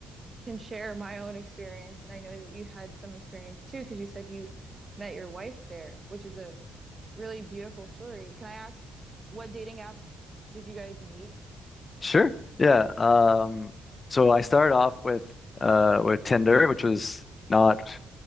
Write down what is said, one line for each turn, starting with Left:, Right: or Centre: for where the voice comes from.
Right: can share my own experience, and I know that you had some experience too, because you said you met your wife there, which is a really beautiful story. Can I ask what dating app did you guys meet?
Left: Sure. Yeah. Um, so I started off with uh with Tinder, which was not.